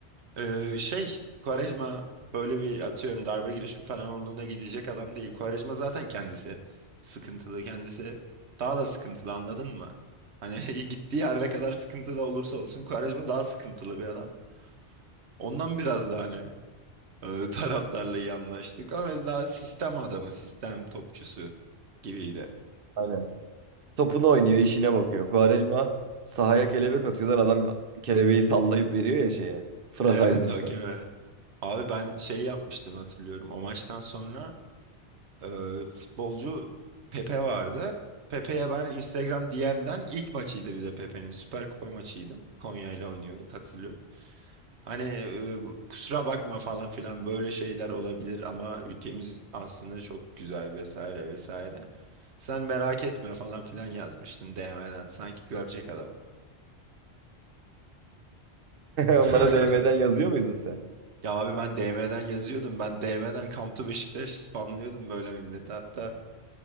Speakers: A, on the right; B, on the right.
A: e, şey Quaresma böyle bir atıyorum darbe girişimi falan olduğuna gidecek adam değil. Quaresma zaten kendisi sıkıntılı. Kendisi daha da sıkıntılı anladın mı? Hani <laughs> gittiği yerde kadar sıkıntılı olursa olsun Quaresma daha sıkıntılı bir adam. Ondan biraz da hani e, <laughs> taraftarla iyi anlaştık. Ama biz daha sistem adamı, sistem topçusu gibiydi.
B: Aynen. Topunu oynuyor, işine bakıyor. Quaresma sahaya kelebek atıyorlar. Adam kelebeği sallayıp veriyor ya şeye. Fırat
A: Evet
B: Aydınus'a.
A: hakeme.
B: <laughs>
A: Abi ben şey yapmıştım hatırlıyorum. O maçtan sonra e, futbolcu Pepe vardı. Pepe'ye ben Instagram DM'den ilk maçıydı bir de Pepe'nin Süper Kupa maçıydı. Konya ile oynuyorduk hatırlıyorum. Hani e, kusura bakma falan filan böyle şeyler olabilir ama ülkemiz aslında çok güzel vesaire vesaire. Sen merak etme falan filan yazmıştım DM'den. Sanki görecek adam. <laughs>
B: Onlara DM'den yazıyor muydun sen?
A: Ya abi ben DM'den yazıyordum. Ben DM'den Come to Beşiktaş spamlıyordum böyle millete. Hatta